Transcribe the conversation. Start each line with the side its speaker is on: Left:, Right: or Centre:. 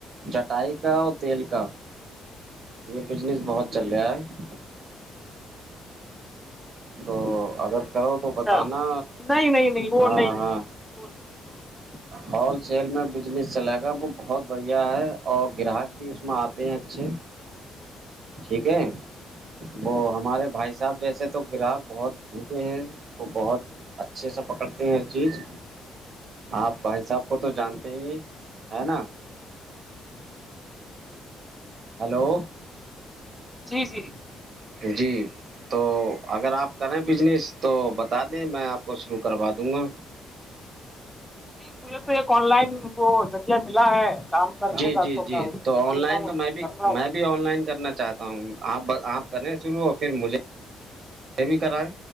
Right: چٹائی کا اور تیل کا یہ بزنس بہت چل رہا ہے تو اگر کرو تو
Centre: اچھا
Right: بتانا
Centre: نہیں نہیں نہیں وہ
Right: ہاں
Centre: نہیں
Right: ہاں
Centre: <inaudible>
Right: ہول سیل میں بزنس چلے گا وہ بہت بڑھیا ہے اور گراہک بھی اس میں آتے ہیں اچھے ٹھیک ہے وہ ہمارے بھائی صاحب جیسے تو گراہک بہت بھوکے ہیں وہ بہت اچھے سے پکڑتے ہیں ہر چیز آپ بھائی صاحب کو تو جانتے ہی ہے نا ہیلو
Centre: جی جی
Right: جی تو اگر آپ کریں بجنس تو بتا دیں میں آپ کو شروع کروا دوں گا
Centre: نہیں مول ایک آن لائن وہ جگہ ملا ہے کام کرنے
Right: جی
Centre: کا
Right: جی
Centre: تو
Right: جی
Centre: میں اس پہ دیکھ
Right: آن لائن
Centre: رہا ہوں
Right: تو میں بھی
Centre: کر رہا ہوں
Right: میں آن لائن کرنا چاہتا ہوں آپ آپ کرنے شروع اور پھر مجھے بھی کر ہے